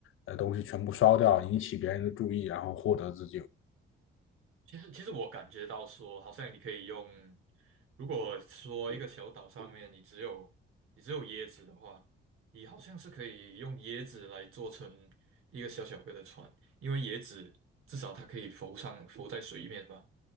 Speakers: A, on the left; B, on the right.
A: 呃东西全部烧掉，引起别人的注意，然后获得自救。
B: 其实，其实我感觉到说，好像你可以用，如果说一个小岛上面你只有你只有椰子的话，你好像是可以用椰子来做成一个小小个的船，因为椰子至少它可以浮上浮在水面嘛，